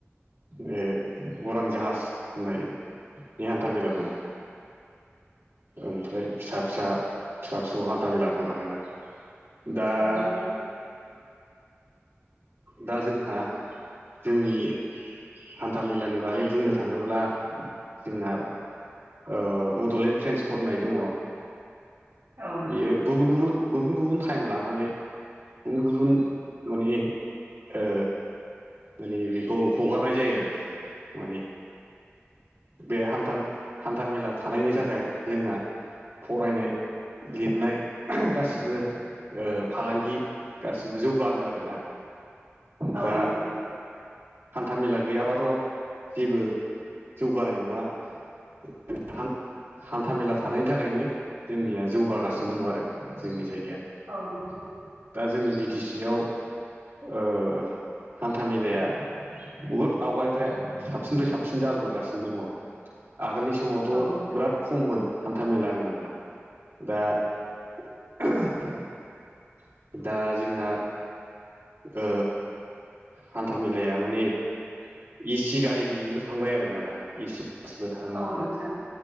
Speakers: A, on the right (about 60°); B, on the right (about 80°).
A: बे उरां जाहाज होननाय नि हान्था मेला दङ ओमफ्राय फिसा फिसा फिसा फिसौ हान्था मेला दं आरोना दा
B: औ
A: <inaudible>
B: नोंथां
A: दा जोंहा जोंनि हान्था मेलानि बारै बुंनो थांङोब्ला जोंना ओ बडलेण्ड ट्रेन्सपर होननाय दङ
B: औ नोंथां
A: बेयो गुबुन गुबुन गुबुन गुबुन टाइम लानानै गुबुन गुबुन माने ओ माने बेखौ हगारनाय जायो आरो माने बे हान्था हान्थामेला थानायनि थाखाय जोंना फरायनाय लिरनाय गासिबो ओ फालांगि गासिबो जौगादों आरोना
B: औ
A: दा
B: नोंथां
A: हान्था मेला गैयाबाथ जेबो जौगानाय नङा <unintelligible> हान्था मेला थानायनि थाखायनो जोंनिया जौगागासिनो दं आरो जोंनि जायगायाव गैया
B: औ नोंथां
A: दा जोंनि बि टि सि आव ओ हान्था मेलाया बुहुद आवगायनिफ्राय साबसिननिफ्राय साबसिन जागोबोगासिनो दङ आगोलनि समावथ'
B: औ नोंथां औ नोंथां
A: बिराद खममोन हान्थामेला होनोब्ला दा-दा जोंना ओ हान्था मेलाया माने ए सि गारिबो नुनो थांबाय आरोना दा ए सि बासबो थानो
B: औ
A: हांबाय
B: नोंथां